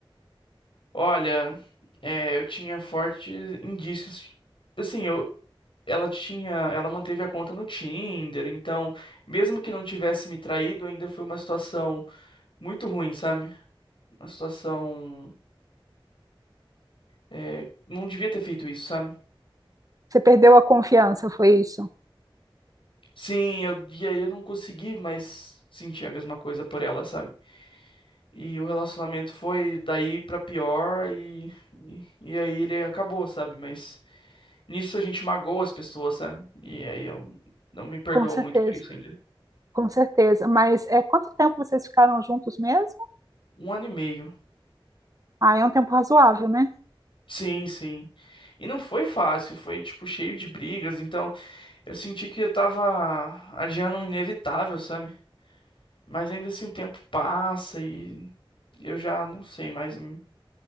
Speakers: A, on the left; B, on the right.
A: Olha, é, eu tinha fortes indícios. Assim, eu, ela tinha, ela manteve a conta no Tinder, então, mesmo que não tivesse me traído, ainda foi uma situação muito ruim, sabe? Uma situação, é, não devia ter feito isso, sabe?
B: Você perdeu a confiança, foi isso?
A: Sim, eu, e aí eu não consegui mais sentir a mesma coisa por ela, sabe? E o relacionamento foi daí pra pior e, e, e aí ele acabou, sabe? Mas nisso a gente magoa as pessoas, sabe? E aí eu não me perdoo
B: Com certeza,
A: muito por isso ainda.
B: com certeza. Mas é, quanto tempo vocês ficaram juntos mesmo?
A: Um ano e meio.
B: Ah, é um tempo razoável, né?
A: Sim, sim. E não foi fácil, foi tipo cheio de brigas, então eu senti que eu tava adiando um inevitável, sabe? Mas ainda assim o tempo passa e eu já não sei mais, hum,